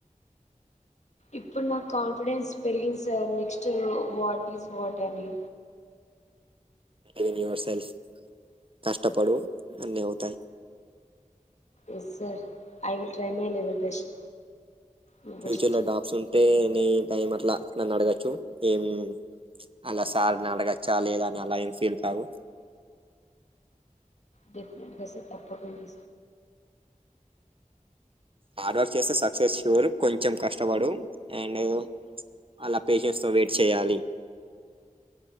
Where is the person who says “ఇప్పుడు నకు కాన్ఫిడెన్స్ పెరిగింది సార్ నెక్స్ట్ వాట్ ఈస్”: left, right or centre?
Left